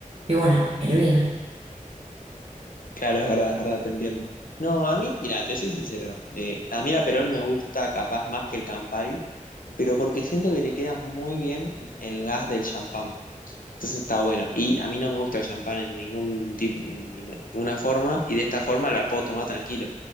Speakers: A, on the right; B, on the left.
A: y bueno, el vino.
B: Claro, es verdad, es verdad, te entiendo. No, a mí, mira, te soy sincero. eh, a mí el Aperol me gusta capaz más que el Campari, pero porque siento que le queda muy bien el gas del champán. Entonces está bueno. Y a mí no me gusta el champán en ningún tipo, en ninguna ninguna forma, y de esta forma la puedo tomar tranquilo.